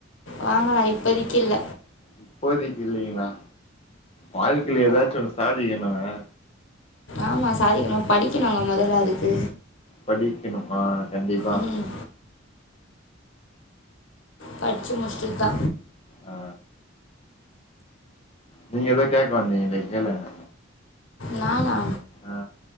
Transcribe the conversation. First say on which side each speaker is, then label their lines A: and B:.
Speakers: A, on the left; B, on the left.
A: வாங்கலா இப்பதக்கி இல்ல
B: இப்போதிக்கு இல்லைங்ளா வாழ்க்கைல எதாச்சு ஒன்னு சாதிங்கனுங்க
A: ஆமா சாதிக்கணு படிக்கணுங்க மொதல்ல அதுக்கு
B: படிக்கணு ஆ கண்டிப்பா
A: ம் படிச்சு முடிஷ்டுதா
B: ஆ நீங்க ஏதோ கேக்க வந்தீங்ளே கேளுங்க
A: நானா
B: ஆ